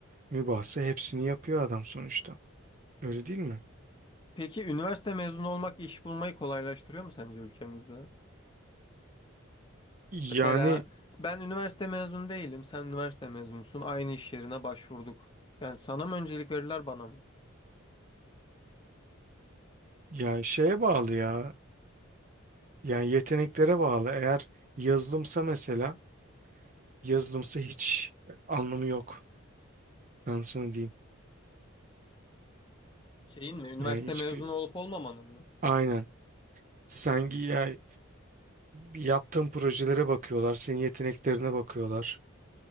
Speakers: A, on the right; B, on the left.
A: mübahse hepsini yapıyor adam sonuçta. Öyle değil mi?
B: Peki üniversite mezunu olmak iş bulmayı kolaylaştırıyor mu sence ülkemizde?
A: Yani
B: Mesela ben üniversite mezunu değilim, sen üniversite mezunusun, aynı iş yerine başvurduk. Yani sana mı öncelik verirler bana mı?
A: ya şeye bağlı ya. Yani yeteneklere bağlı. Eğer yazılımsa mesela yazılımsa hiç anlamı yok. Ben sana diyeyim.
B: Şeyin mi, üniversite
A: Yani hiçbir
B: mezunu olup olmamanın mı?
A: aynen. Sen gi- ya, yaptığın projelere bakıyorlar. Senin yeteneklerine bakıyorlar.